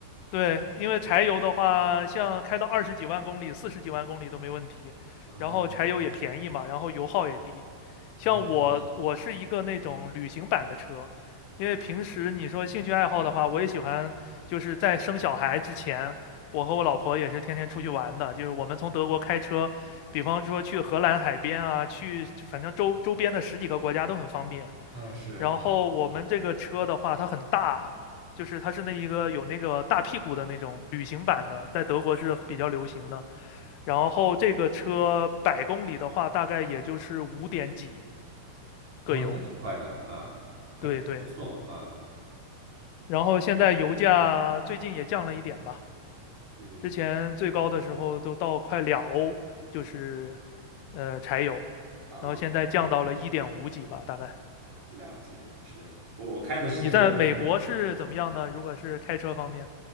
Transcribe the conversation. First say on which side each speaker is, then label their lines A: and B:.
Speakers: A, on the left; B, on the right.
A: 对，因为柴油的话，像开到二十几万公里、四十几万公里都没问题，
B: <laughs> 嗯
A: 然后柴油也便宜嘛，然后油耗也低。
B: 啊，
A: 像我，
B: 不是
A: 我是一个那种旅行版的车，因为平时你说兴趣爱好的话，我也喜欢，就是在生小孩之前，我和我老婆也是天天出去玩的，就是我们从德国开车，比方说去荷兰海边啊，去反正周周边的十几个国家都很方便。
B: 啊，是。
A: 然后我们这个车的话，它很大，就是它是那一个有那个大屁股的那种旅行版的，在德国是比较流行的。然后这个车百公里的话，大概也就是五点几。
B: 哦，
A: 各油，
B: 那挺快的啊，还不错啊，
A: 对对。然后现在油价最近也降了一点吧，
B: 嗯
A: 之前最高的时候都到快两欧，就是呃柴油，
B: 啊，
A: 然后现在降到了一点五几吧，大概。
B: 了解，是我我开的是这个，
A: 你在美国是怎么样呢？如果是开车方面，